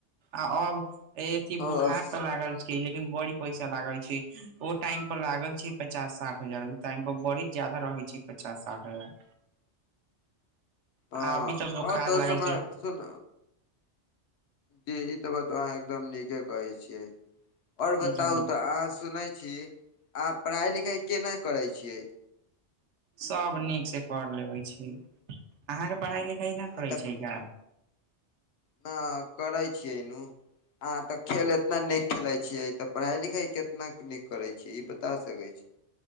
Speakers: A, on the right (about 75°); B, on the left (about 70°).
A: आ अब ए अथी
B: ओ
A: बुखार
B: अस-
A: तऽ लागल छै। लेकिन बड़ी पैसा लागल छै, ओ टाइम पर लागल छै पचास-साठ हजार, उ टाइम पर बड़ी। ज्यादा रहै छै पचास-साठ हजार।
B: अ अ,
A: आ अभी तक बोखार
B: तऽ ओ
A: लागल
B: समय
A: छै।
B: सुन ई तऽ बताउ अहाँ एकदम नीके कहै छियै। आओर बताउ
A: जी
B: तऽ अहाँ सुनै छी, अहाँ पढ़ाई-लिखाई केना करै छियै।
A: सब नीकसँ कर लेबै छी, अहाँके पढ़ाई-लिखाई
B: अहाँ
A: ना करै छियै का।
B: हँ, करै छियै नू। अहाँ तऽ खेल एतना नीक खेलाइ छियै तऽ पढ़ाई- लिखाइ केतना नीक करै छी, ई बता सकै छी।